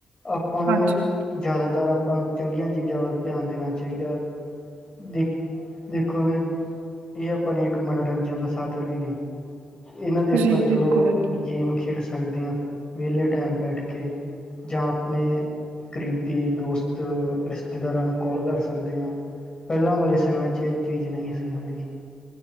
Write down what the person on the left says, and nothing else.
ਆਪਾਂ ਨੂੰ
ਜ਼ਿਆਦਾਤਰ ਪਾਂ ਨੂੰ ਚੰਗੀਆਂ ਚੀਜ਼ਾਂ ਵੱਲ ਧਿਆਨ ਦੇਣਾ ਚਾਹੀਦਾ ਦੇਖ ਦੇਖੋਗੇ ਇਹ ਅਪਣੇ ਇੱਕ ਮਨੋਰੰਜਨ ਦਾ ਸਾਧਨ ਵੀ ਨੇ, ਇਹਨਾਂ ਦੇ ਆਪਾਂ
ਚਲੋ ਗੇਮ ਖੇਡ ਸਕਦੇ ਹਾਂ ਵਿਹਲੇ ਟਾਈਮ ਬੈਠ ਕੇ ਜਾਂ ਆਪਨੇ ਕਰੀਬੀ ਦੋਸਤ ਰਿਸ਼ਤੇਦਾਰਾਂ ਨੂੰ ਕੋਲ ਕਰ ਸਕਦੇ ਹਾਂ। ਪਹਿਲਾਂ ਵਾਲੇ ਸਮੇਂ ਚ ਇਹ ਚੀਜ਼ ਨਹੀਂ ਸੀ ਹੁੰਦੀ।